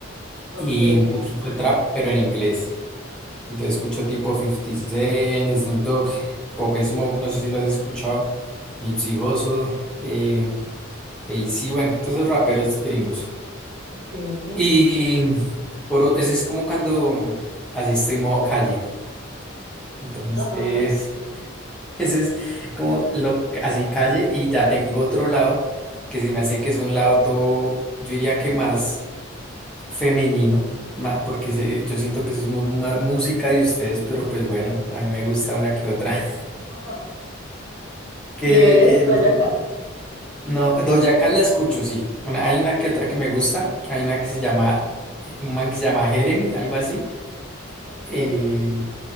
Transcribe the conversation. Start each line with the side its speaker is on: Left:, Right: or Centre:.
Right: Ok,
Centre: Y un poquito de trap, pero en inglés. Entonces escucho tipo 50 Cent, Snoop Dogg, Pop Smoke, no sé si lo has escuchado, Nipsey Hussle, eh, AC, bueno, todos esos raperos gringos.
Right: ok,
Centre: Y por, o- ese es como cuando así estoy modo calle. Entonces,
Right: ajá,
Centre: <laughs> ese es como lo, así calle y ya tengo otro lado que se me hace que es un lado todo, yo diría que más femenino, ma- porque se- yo siento que eso es mu- más música de ustedes, pero pues bueno, a mí me gusta una que otra.
Right: ajá.
Centre: Que
Right: Y es
Centre: eh, no,
Right: Doja
Centre: sé,
Right: Cat.
Centre: no, Doja Cat la escucho, sí. Una- hay una que otra que me gusta. Hay una que se llama, eh, un man que se llama Jeremy, algo así.
Right: Ok,
Centre: Eh,